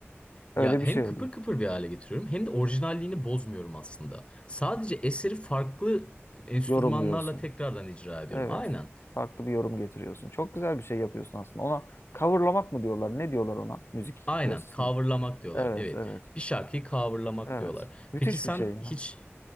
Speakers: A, on the left; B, on the left.
A: Ya
B: Öyle bir
A: hem
B: şey
A: kıpır
B: oluyor.
A: kıpır bir hale getiriyorum hem de orijinalliğini bozmuyorum aslında. Sadece eseri farklı enstrümanlarla
B: Yorumluyorsun.
A: tekrardan icra ediyorum.
B: Evet.
A: Aynen.
B: Farklı bir yorum getiriyorsun. Çok güzel bir şey yapıyorsun aslında. Ona coverlamak mı diyorlar? Ne diyorlar ona müzik
A: Aynen.
B: piyasasında?
A: Coverlamak diyorlar.
B: Evet,
A: Evet.
B: evet,
A: Bir şarkıyı coverlamak
B: evet.
A: diyorlar.
B: Müthiş
A: Peki sen
B: bir şey.
A: hiç